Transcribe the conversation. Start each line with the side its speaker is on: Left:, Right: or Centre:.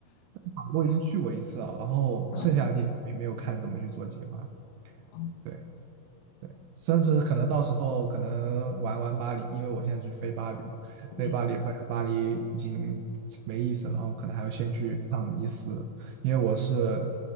Right: 法国已经去过一次了，然后剩下的地方也没有看怎么去做计划。
Left: 啊哦，
Right: 对对，甚至可能到时候可能玩玩巴黎，因为我现在去飞巴黎嘛，
Left: 嗯
Right: 飞巴黎发现巴黎已经没意思了，然后可能还要先去趟尼斯，因为我是